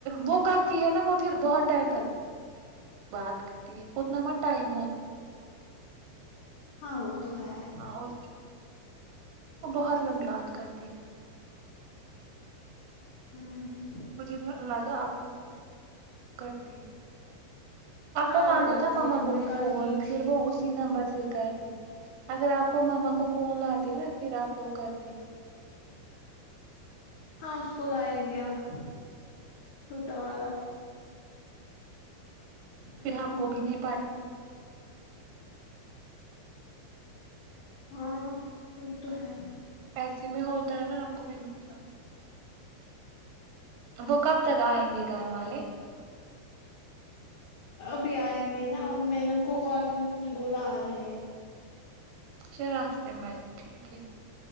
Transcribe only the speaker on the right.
وہ کرتی ہے نا وہ پھر بہت ٹائم تک بات کرتی ہے اتنا م ٹائم ہو
اور وہ بہت لمبلات کرتی ہے <unintelligible>
مجھے لگا آپ کو <unintelligible> کرتی آپ
کو لانا
تھا ماما
کو بھی
فون
پھر وہ اسی نمبر سے کر <unintelligible> اگر آپ کو ماما کو فون ل د نا پھر آپ لوگ کرتے
فی
الحپ کو بھی نہیں پائے
ایسے میں ہوتا ہے نا آپ کو بھی نقصان وہ کب تک کیا آئیں گے گھر والے
اچھا راستے میں ٹھیک ہے